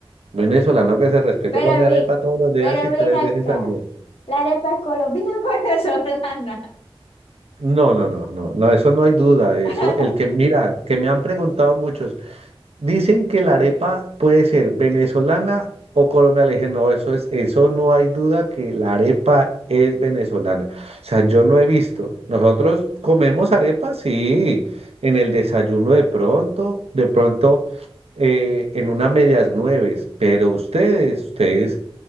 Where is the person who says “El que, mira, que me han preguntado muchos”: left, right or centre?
Right